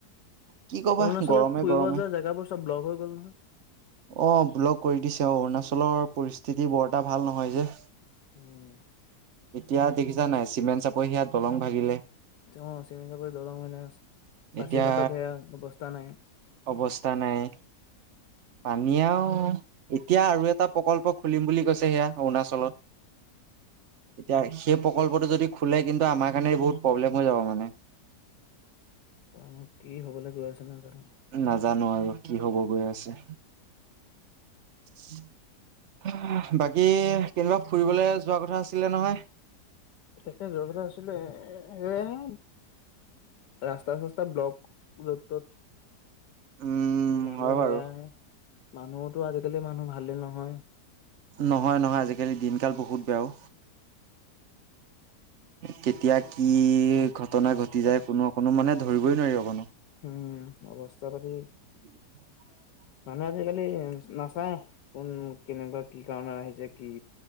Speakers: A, on the right; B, on the left.
A: কি কবা
B: অৰুণাচলত
A: গৰমে
B: ফুৰিব
A: গৰমে।
B: যোৱা জেগাবোৰ চব ব্লক হৈ গ'ল নহয়।
A: অ ব্লক কৰি দিছে অ অৰুণাচলৰ পৰিস্থিতি বৰ এটা ভাল নহয় যে।
B: উম।
A: এতিয়া দেখিছা নাই চিমেণ্ট চাপৰি সেইয়া দলং ভাাগিলে।
B: অ, চিমেণ্ট চাপৰিত দৰং মানে পাচি
A: এতিয়া
B: ঘাটত সেয়া অৱস্থা নাই।
A: অৱস্থা নাই। পানীয়ে আৰু, এতিয়া আৰু এটা প্ৰকল্প খুলিম বুলি কৈছে সেয়া অৰুণাচলত। এতিয়া <unintelligible> সেই প্ৰকল্পটো যদি খোলে কিন্তু আমাৰ কাৰণে বহুত প্ৰব্লেম হৈ যাব মানে
B: জানো কি হবলৈ গৈ আছে নাজানো।
A: নাজানো আৰু কি হ'ব গৈ আছে। উ <unintelligible> বাকী, কেনিবা ফুৰিবলৈ যোৱা কথা আছিলে নহয়।
B: তাকেই যোৱা কথা আছিলে, এইয়াহে ৰাস্তা চাস্তা ব্লক যত তত।
A: উম
B: মানুহ
A: হয় বাৰু
B: সেয়াহে, মানুহুটো আজিকালি মানুহ ভালেই নহয়।
A: নহয় নহয়, আজিকালি দিনকাল বহুত বেয়া ও। কেতিয়া কি ঘটনা ঘটি যায় কোনো অকোনো মানে ধৰিবই নোৱাৰি অকনো।
B: উম, অৱস্থা পাটি
A: <inaudible>
B: মানুহে আজিকালি নাচায় কোন, কেনেকুৱা, কি কাৰণত আহিছে কি?